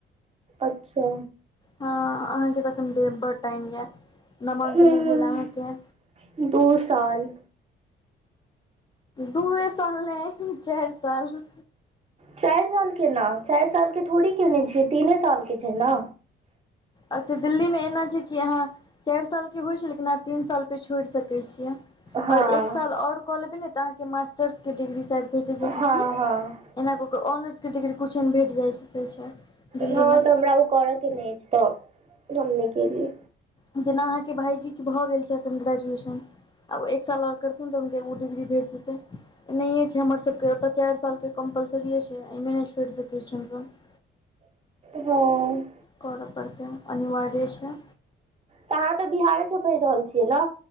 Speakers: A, on the right; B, on the left.
A: अच्छा
B: हँ, अहाँके तखन बड़ टाइम नहि नामांकन
A: हूँ
B: भेल अहाँके?
A: दू साल
B: दूए साल ने चारि साल
A: चारि सालके केना? चारि सालके थोड़े ने केने छियै, तीने सालके छै ने।
B: अच्छा, दिल्लीमे एना छै कि अहाँ चारि सालके होइ छै, लेकिन अहाँ तीन साल पर छोड़ि सकैत छियै।
A: हँ
B: आओर एक साल आओर कऽ लेबै ने तऽ अहाँके मास्टर्सके डिग्री भेटैत छै
A: हँ
B: की?
A: हँ
B: एना कऽ ऑनर्सके डिग्री किछुहन भेटि जाइ छै, से छै दिल्लीमे।
A: हँ तऽ हमरा ओ करऽ कि नहि? तऽ हम नै केलिए
B: जेना अहाँके भाईजी के भऽ रहल छै अखन ग्रेजुएशन अब एक साल आओर करितै तऽ ओ डिग्री भेटतै। एना ही छै हमरासभके ओतऽ चारि साल कम्पलसरी छै, एहिमे नहि छोड़ि सकैत छी हमसभ।
A: हँ
B: करऽ पड़तै अनिवार्य छै
A: तऽ अहाँ तऽ बिहारे सँ पढ़ि रहल छियै ने